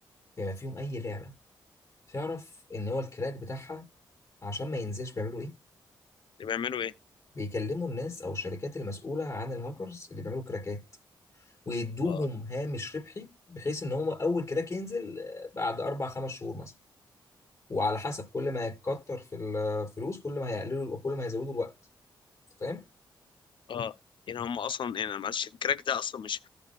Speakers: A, on the left (about 40°); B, on the left (about 65°).
A: بما فيهم اي لعبه تعرف ان هو الكراك بتاعها عشان ما ينزلش بيعملوا ايه
B: اللي بيعملوا ايه
A: بيكلموا الناس او الشركات المسؤوله عن الهاكرز اللي بيعملوا كراكات ويدوهم
B: اه
A: هامش ربحي بحيث ان هو اول كراك ينزل آه، بعد اربع خمس شهور مثلا وعلى حسب كل ما هيكتر في الفلوس كل ما هيقللوا كل ما هيزودوا الوقت فاهم
B: اه يعني هم اصلا يعني معلش الكراك ده اصلا مش